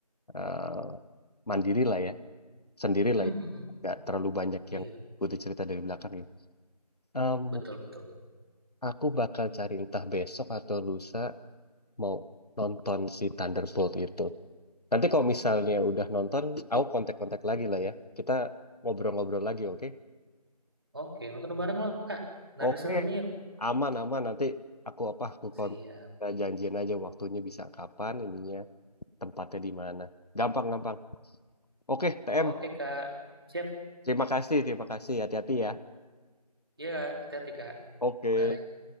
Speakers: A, on the left; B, on the right.
A: eh, mandiri lah ya, sendiri
B: Hmm,
A: lah ya,
B: hmm.
A: nggak terlalu banyak
B: Iya,
A: yang butuh cerita dari belakang ya. Em,
B: betul betul.
A: aku bakal cari entah besok atau lusa mau nonton si Thunderbolt itu. Nanti kalau misalnya udah nonton, aku kontak-kontak lagi lah ya. Kita ngobrol-ngobrol lagi, oke?
B: Oke, nonton bareng loh, Kak. Narisan
A: Oke,
B: ini yuk.
A: aman aman. Nanti aku apa? Aku
B: Siap.
A: kontak Kita janjian aja waktunya bisa kapan, ininya tempatnya di mana. Gampang gampang. Oke, TM.
B: Oke, Kak. Siap.
A: Terima kasih, terima kasih. Hati-hati ya.
B: Iya, Kak. Hati-hati, Kak.
A: Oke.
B: Bye.